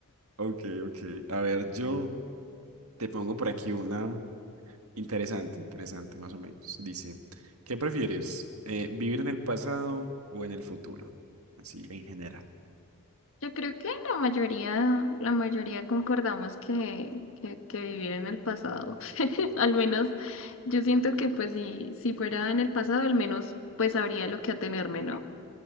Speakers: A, on the right; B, on the left.
A: ok, ok. A ver, yo te pongo por aquí una interesante, interesante, más o menos. Dice, ¿qué prefieres? Eh, ¿vivir en el pasado o en el futuro? Así, en general.
B: Yo creo que la mayoría, la mayoría concordamos que, que, que vivir en el pasado. <laughs> Al menos yo siento que pues si, si fuera en el pasado, al menos pues sabría lo que atenerme, ¿no?